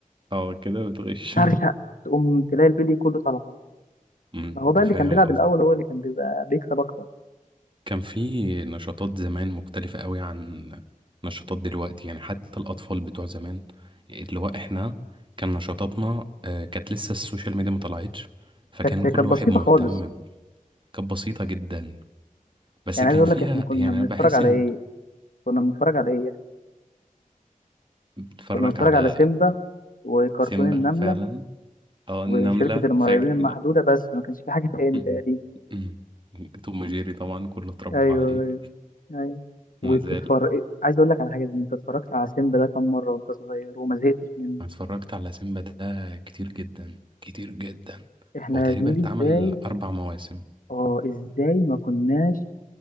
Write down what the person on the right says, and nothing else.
اه كده بتغش
<laughs>
أمم،
فاهم
قصدي
كان في نشاطات زمان مختلفة قوي عن نشاطات دلوقتي يعني حتى الأطفال بتوع زمان اللي هو إحنا كان نشاطاتنا آه، كانت لسه السوشيال ميديا ما طلعتش فكان
كل
واحد
مهتم
ب- كانت بسيطة جدا بس
كان
فيها
يعني
أنا بحس
إن
بتفرج
على
سيمبا
فعلا أو النملة
فاكر
إن-
<laughs> توم وجيري طبعا كله اتربى
عليه
ما زال
أنا اتفرجت على سيمبا ده كتير جدا كتير جدا
هو تقريبا
اتعمل
أربع مواسم